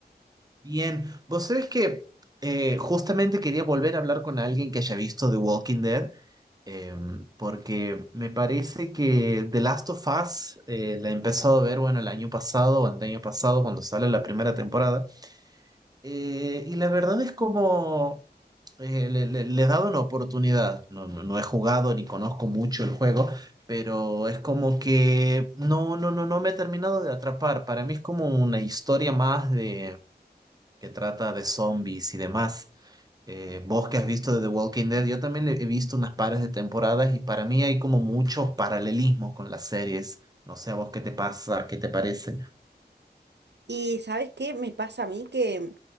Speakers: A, on the right; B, on the right.
A: Bien, vos sabés que eh, justamente quería volver a hablar con alguien que haya visto The Walking Dead. em, porque me parece que The Last of Us eh, la he empezado a ver, bueno, el año pasado o el año pasado cuando sale la primera temporada. Eh, y la verdad es como eh, le, le- le he dado una oportunidad. No, no, no he jugado ni conozco mucho el juego, pero es como que no, no, no, no me he terminado de atrapar. Para mí es como una historia más de que trata de zombies y demás. Eh, vos que has visto de The Walking Dead, yo también he visto unas pares de temporadas y para mí hay como muchos paralelismos con las series. No sé a vos qué te pasa, qué te parece.
B: Y ¿sabes qué me pasa a mí? Que